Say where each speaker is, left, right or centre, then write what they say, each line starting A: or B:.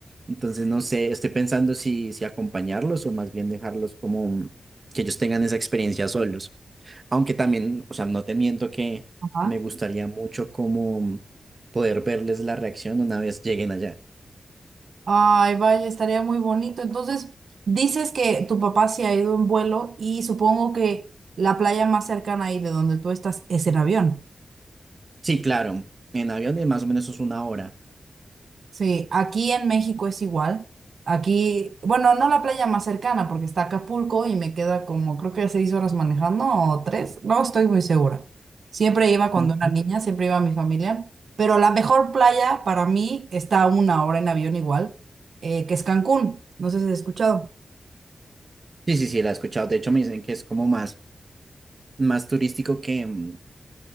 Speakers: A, on the right; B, on the right.
A: Entonces no sé, estoy pensando si, si acompañarlos o más bien dejarlos como que ellos tengan esa experiencia solos. Aunque también, o sea, no te miento que
B: ajá.
A: me gustaría mucho como poder verles la reacción una vez lleguen allá.
B: Ay, vaya, estaría muy bonito. Entonces, dices que tu papá se ha ido en vuelo y supongo que la playa más cercana ahí de donde tú estás es en avión.
A: Sí, claro, en avión es más o menos es una hora.
B: Sí, aquí en México es igual. Aquí, bueno, no la playa más cercana porque está Acapulco y me queda como creo que seis horas manejando o tres, no estoy muy segura. Siempre iba cuando
A: Ok.
B: era niña, siempre iba mi familia, pero la mejor playa para mí está a una hora en avión igual, eh, que es Cancún. No sé si has escuchado.
A: Sí, sí, sí, la he escuchado. De hecho, me dicen que es como más, más turístico que, mm,